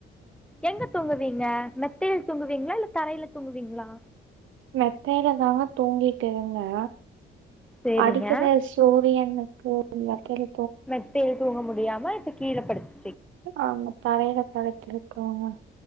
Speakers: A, in the centre; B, on the right.
A: எங்க தூங்குவீங்க மெத்தையில தூங்குவீங்களா இல்ல தரையில தூங்குவீங்களா
B: மெத்தையில தாங்க தூங்கிட்டு இருந்தே
A: சேரிங்க
B: அடிக்கிற போவியா என்னனு கேளுங்க கேளு
A: மெத்தையில தூங்க முடியாம இப்ப கீழப்படுத்து
B: ஆமா தரையில படுத்து இருக்கோங்க